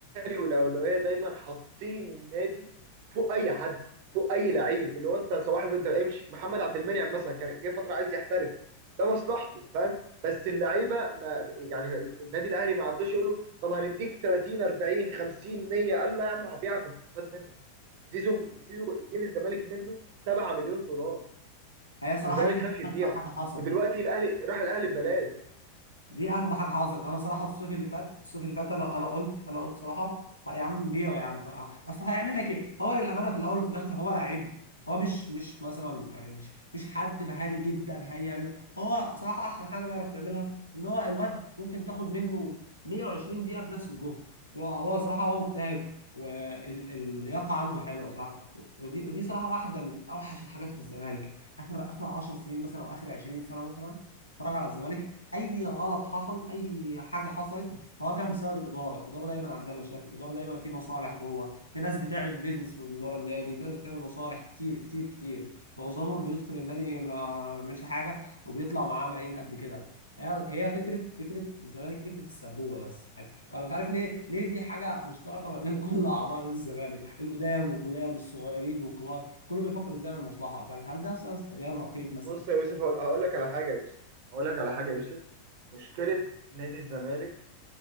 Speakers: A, on the right; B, on the left.
A: لي والاولويه دايما حاطين النادي فوق اي حد فوق اي لعيب اللي هو انت صباح الفل انت امشي محمد عبد المنعم مثلا كان جه فتره عايز يحترف ده مصلحته فاهم بس اللعيبه ما يعني النادي الاهلي ما عبدوش يقول له طب هنديك 30 40 50 100 قال له لا يا عم هبيعك واستفاد منك زيزو زيزو جه للزمالك منه 7 مليون دولار
B: هي صراحه
A: والزمالك
B: دي كانت
A: خاف يبيعه
B: اغبى حاجه حصلت
A: ودلوقتي الاهلي راح الاهلي ببلاش
B: دي اغبى حاجه حصلت انا صراحه الصيف اللي فات الصيف اللي فات انا انا قلت انا قلت صراحه "ها يا عم بيعه يا عم اصل هيعمل لك ايه هو للامانه في الاول وفي الاخر هو لعيب هو مش مش مثلا يعني مش مش حد مهاري جدا هيعمل هو صراحه احسن حاجه بيعرف يعملها ان هو الواد ممكن تاخد منه 120 دقيقه بنفس الجهد هو هو صراحه هو مجتهد واللياقه عنده حلوه صراحه ودي ودي صراحه واحده من اوحش الحاجات في الزمالك اخر اخر 10 سنين مثلا او اخر 20 سنه مثلا اتفرج على الزمالك اي غلط حصل اي حاجه حصلت فهو كان بسبب الاداره الاداره دايما عندها مشاكل الاداره دايما في مصالح جوه في ناس بتعمل بيزنس من ورا النادي في ناس بتعمل مصالح كتير كتير كتير معظمهم بيدخل النادي ما مش حاجه وبيطلع معاه ملايين قد كده هي هي فكره فكره الزمالك فكره السبوبه بس يعني وانا مش عارف ليه ليه دي حاجه مشتركه ما بين <laughs> كل اعضاء نادي الزمالك القدام والجداد الصغيرين والكبار كله بيفكر ازاي يعمل مصلحه مش عارف هل ده بسبب غياب رقيب مثلا
A: بص يا يوسف هقول هقول لك على حاجه يا يوسف هقول لك على حاجه يا يوسف مشكله نادي الزمالك